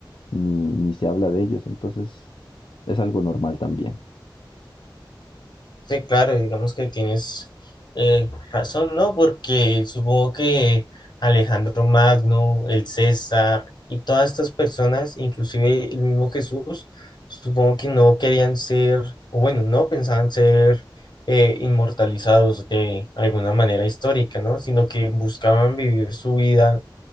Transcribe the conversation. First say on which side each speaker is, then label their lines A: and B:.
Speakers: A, on the left; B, on the left.
A: ni, ni se habla de ellos, entonces es algo normal también.
B: Sí, claro, digamos que tienes eh, razón, ¿no? Porque supongo que Alejandro Magno, el César y todas estas personas, inclusive el mismo Jesús, supongo que no querían ser, o bueno, no pensaban ser eh, inmortalizados de alguna manera histórica, ¿no? Sino que buscaban vivir su vida